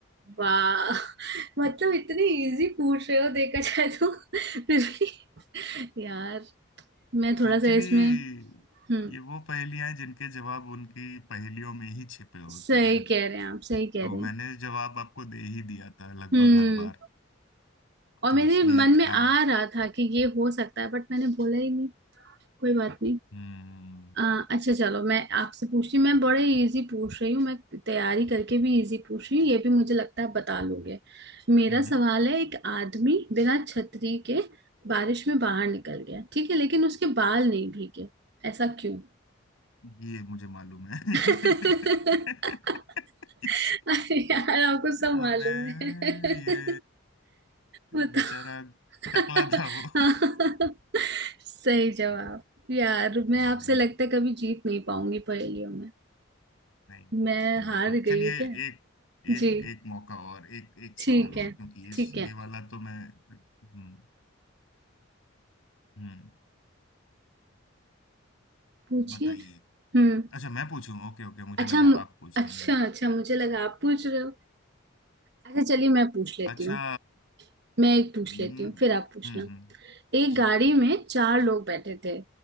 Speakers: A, on the right (about 55°); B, on the left (about 75°).
A: वाह <laughs> मतलब इतने इजी पूछ रहे हो देखा जाए तो <laughs> फिर भी यार मैं थोड़ा
B: एक्चुअली
A: सा इसमें हम्म
B: ये वो पहेलियां हैं जिनके जवाब उनकी पहेलियों में ही छिपे होते
A: सही
B: हैं
A: कह रहे हैं आप सही कह
B: तो
A: रहे
B: मैंने
A: हैं
B: जवाब आपको दे ही दिया था लगभग
A: हम्म
B: हर बार
A: और
B: तो
A: मेरे
B: इसलिए
A: मन में
B: ध्यान
A: आ रहा था कि ये हो सकता है बट मैंने बोला ही नहीं कोई बात
B: हम्म
A: अ, अच्छा चलो मैं आपसे पूछती हूँ मैं बड़े इजी पूछ रही हूँ मैं तैयारी करके भी इजी पूछ रही हूँ ये भी मुझे लगता है आप बता लोगे मेरा
B: हम्म
A: सवाल है एक आदमी बिना छतरी के बारिश में बाहर निकल गया ठीक है लेकिन उसके बाल नहीं भीगे ऐसा क्यों
B: ये मुझे मालूम है <laughs>
A: <laughs>
B: इस-
A: अरे यार आपको सब
B: अबे
A: मालूम है <laughs>
B: ये
A: बताओ
B: बेचारा
A: <laughs>
B: टकला था वो
A: हाँ सही जवाब यार मैं
B: हाँ
A: आपसे
B: ये
A: लगता है कभी जीत नहीं पाऊंगी पहेलियों में
B: नहीं बिल्कुल
A: मैं हार
B: बिल्कुल
A: गई
B: चलिए
A: हूँ क्या
B: एक एक
A: जी
B: एक मौका और एक एक सवाल
A: ठीक
B: और
A: है
B: क्योंकि ये
A: ठीक है
B: ये वाला तो मैं हम्म हम्म
A: पूछिए
B: बताइए
A: हम्म
B: अच्छा मैं पूछूं ओके ओके मुझे
A: अच्छा
B: लगा
A: मु-
B: आप पूछ
A: अच्छा
B: रही हैं
A: अच्छा मुझे लगा आप पूछ रहे हो अच्छा चलिए मैं पूछ लेती
B: अच्छा
A: हूँ मैं एक पूछ
B: हम्म
A: लेती हूँ फिर आप पूछना
B: हम्म हम्म,
A: एक
B: जी
A: गाड़ी में चार लोग बैठे थे